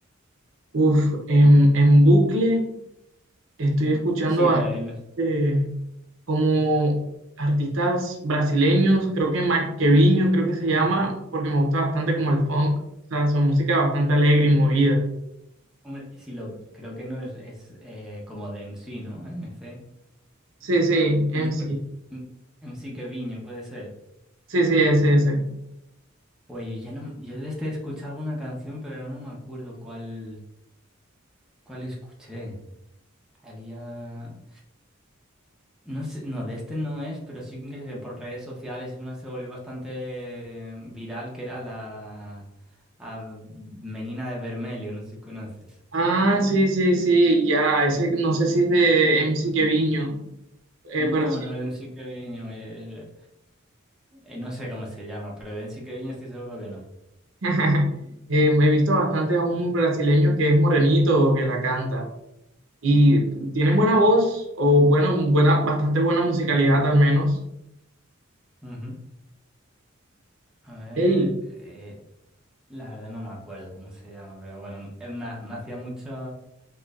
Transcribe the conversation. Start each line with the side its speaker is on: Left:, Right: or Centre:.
Right: Uf, en, en bucle estoy escuchando
Centre: Sí, lo- el-
Right: eh, como artistas brasileños, creo que Maquevinho, creo que se llama, porque me gusta bastante como el funk, o sea, su música es bastante alegre y movida.
Centre: hombre, sí lo creo que no es, es eh, como de MC, ¿no? MC.
Right: Sí, sí, MC.
Centre: M- M- MC Keviño, puede ser.
Right: Sí, sí, ese, ese.
Centre: Pues yo ya no, yo desde escuché alguna canción, pero no me acuerdo cuál, cuál escuché. Había. No sé, no, de este no es, pero sí que por redes sociales una se volvió bastante viral, que era la a Menina de Vermelho, no sé si conoces.
Right: Ah, sí, sí, sí, ya, ese no sé si es de MC Quevinho, eh,
Centre: No,
Right: pero sí.
Centre: no, Enrique Queviño, eh, eh, no sé cómo se llama, pero de Enrique Queviño estoy seguro que no.
Right: <laughs> Eh, he visto bastante a un brasileño que es morenito, que la canta. Y tienen buena voz, o bueno, buena, bastante buena musicalidad al menos.
Centre: Ujú. A ver,
Right: Ey,
Centre: eh, la verdad no me acuerdo cómo se llama, pero bueno, es más, me hacía mucho